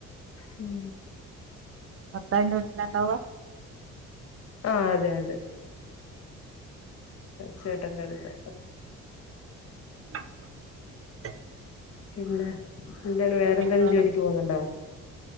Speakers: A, on the left; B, on the right.
A: മം
B: പത്തായിന്റെ വീട്ടിലാണ്ടാവ
A: ആ അതെ അതെ ചേട്ടന്റെ അടുത്ത്
B: ഉ <unintelligible>
A: പിന്നെ എന്തേലും വേറന്തേലും
B: വേറെന്താ
A: ജോലിക്ക് പോന്നുണ്ടോ